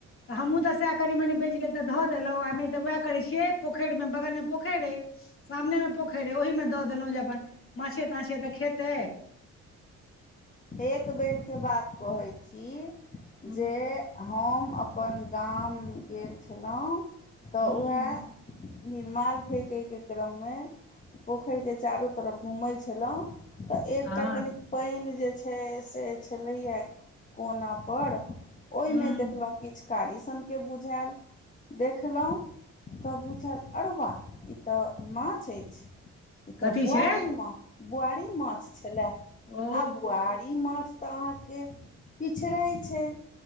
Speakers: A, on the left; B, on the left.
A: तऽ हमहूँ तऽ सएह की मनि बचि गेल तऽ धऽ देलहुँ, आ नहि तऽ वैह करै छियै। पोखेड़ मे बगल मे पोखेड़ अय। सामने मे पोखेर अय ओहि मे दऽ देलहुँं जे अपन मांछे- तांछे तऽ खेतै।
B: एक बेरके बात कहै छी
A: हूँ,
B: जे हम अपन गाम गेल छलऊ तऽ
A: हूँ,
B: ओहै निर्माल फेंकय के क्रममे पोखेर के चारू तरफ घूमै छलऊ तऽ, एकटा
A: हँ
B: कनि पानि जे छै है से छ्लैय यैं कोना पर ओय
A: हूँ,
B: मे देखलऊ किछ कारी सनके बुझैल, देखलऊ तऽ बुझैल आरौ बा ई तऽ मांछ अछि। ई तऽ
A: कथी
B: बुआरी
A: छै
B: माछ, बुआरी माछ छलै
A: ओ
B: आ बु आरी माछ तऽ अहाँके पिछड़ै छै।